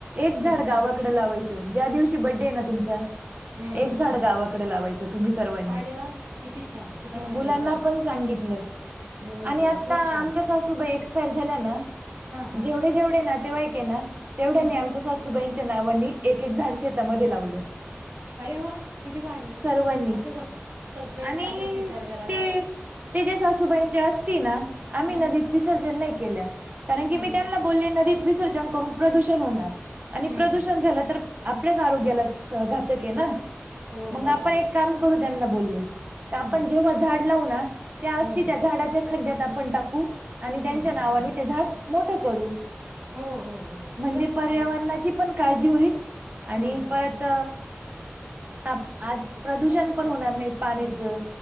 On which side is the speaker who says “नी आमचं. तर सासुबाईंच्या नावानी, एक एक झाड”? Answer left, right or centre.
Right